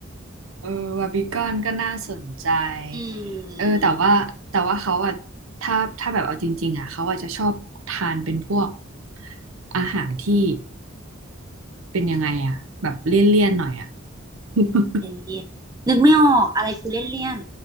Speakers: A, on the right; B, on the right.
A: เออวาบิกอนก็น่าสนใจ
B: อื
A: เออแต่ว่าแต่ว่าเขาอะถ้าถ้าแบบเอาจริงๆอะเขาอาจจะชอบทานเป็นพวก
B: ม
A: อาหารที่เป็นยังไงอะแบบเลี่ยนๆหน่อยอะ <laughs>
B: เลี่ยนเลี่ยนนึกไม่ออกอะไรคือเลี่ยนเลี่ยน